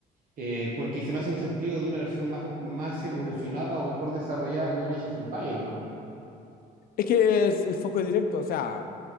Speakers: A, on the right; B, on the left.
A: eh, porque se me hace un sentido de una versión más, más evolucionada o mejor desarrollada que un Age of Empire, ¿no?
B: Es que es- el foco es directo, o sea...